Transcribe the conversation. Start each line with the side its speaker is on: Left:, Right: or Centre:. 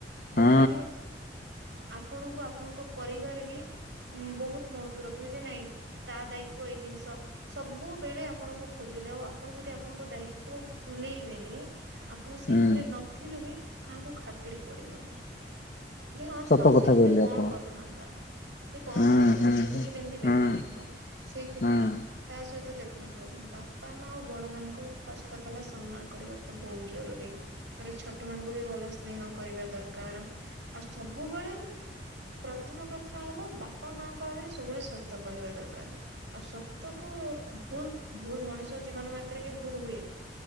Left: ହୁଁ
Right: ଦେଖିବେ। ଆପଣଙ୍କୁ ଆପଣଙ୍କ ପରିବାର ବି। ଉଁ ବହୁତ ମହତ୍ତ୍ଵ ରଖିବ ଯେ ନାଇଁ ତା ଦାୟିତ୍ଵ ଏଇ ଜିନିଷ ସବୁବେଳେ ଆପଣଙ୍କୁ ଖୋଜ <unintelligible> ଆଉ ଆପଣ ଯଦି ଆପଣଙ୍କ ଦାୟିତ୍ଵ ତୁଲେଇବେନି। ଆପଣ ସେଇ
Left: ହୁଁ
Right: ଘରେ ନଥିଲେ ବି କାହାକୁ ଖାତିର ପଡିବନି ଯେ ହଁ ଥାଉ
Left: ସତ କଥା
Right: ସିଏ ଥିଲେ
Left: କହିଲେ
Right: କଣ
Left: ଆପଣ
Right: କରିଥାନ୍ତା। ସେ କଣ
Left: ହୁଁ
Right: କରିବ
Left: ହୁଁ
Right: ସେ
Left: ହୁଁ
Right: ତ ଥିଲେ ଏମିତି ବେକାର
Left: ହୁଁ
Right: ଥାନ୍ତା ସେଇଥିପାଇଁ
Left: ହୁଁ।
Right: ତା ସହିତ ଦେଖ ଦେଖନ୍ତୁ ବାପା ମା ଆଉ ବଡ ମାନଙ୍କୁ ଫାର୍ଷ୍ଟ କଥା ହେଲା ସନ୍ମାନ୍ କରିବାର ତ ବହୁ ଜରୁରୀ ତାପରେ ଛୋଟ ମାନଙ୍କୁ ବି ଭଲ ସ୍ନେହ କରିବା ଦରକାର ବୁବେଳେ। ପ୍ରଥମ କଥା ହେଲା ବାପା ମା ଙ୍କ ଆଗରେ ସବୁବେଳେ ସତ କହିବା ଦରକାର। ଆଉ ସତ କୁ ଭୁଲ ଭୁଲ ମଣିଷ ଜୀବନ ମାତ୍ରେକେ ଭୁଲ ହୁଏ।